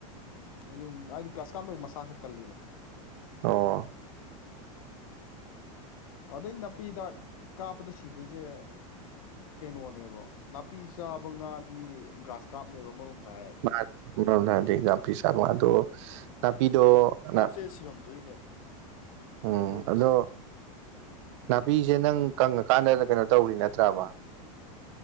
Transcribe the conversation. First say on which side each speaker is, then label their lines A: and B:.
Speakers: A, on the left; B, on the right.
A: ꯑꯗꯨꯝ ꯍꯥꯏꯗꯤ ꯒ꯭ꯔꯥꯁ ꯀꯥꯞꯅ ꯑꯃꯨꯛ ꯃꯁꯥ ꯈꯔ ꯀꯜꯂꯤꯗꯅ
B: ꯑꯣ
A: ꯑꯗꯩ ꯅꯥꯄꯤꯍꯤꯗꯥꯛ ꯀꯥꯞꯄꯗ ꯁꯤꯗꯣꯏꯖꯦ ꯀꯩꯅꯣꯅꯦꯕ ꯅꯥꯄꯤ ꯆꯥꯕ ꯉꯥꯗꯤ ꯒ꯭ꯔꯥꯁ ꯀꯥꯞꯅꯦꯕ ꯑꯃꯔꯣꯝꯗ ꯍꯥꯏꯔꯗꯤ
B: <unintelligible> ꯑꯗꯣ ꯅꯥꯄꯤꯗꯣ ꯅꯥꯞ
A: ꯗ ꯁꯤꯕꯝ ꯊꯣꯛꯏꯅꯦꯕ
B: ꯎꯝ
A: ꯃꯔꯨ ꯑꯣꯏꯅ
B: ꯑꯗꯣ ꯅꯥꯄꯤꯁꯦ ꯅꯪ ꯀꯪꯉꯀꯥꯟꯗ ꯀꯩꯅꯣ ꯇꯧꯔꯤ ꯅꯠꯇ꯭ꯔꯕ